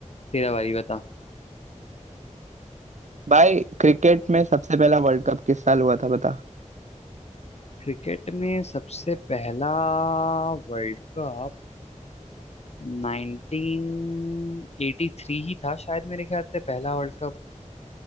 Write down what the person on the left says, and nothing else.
तेरा बारी बता
क्रिकेट में सबसे पहला वर्ल्ड कप 1983 ही था शायद मेरे ख्याल से पहला वर्ल्ड कप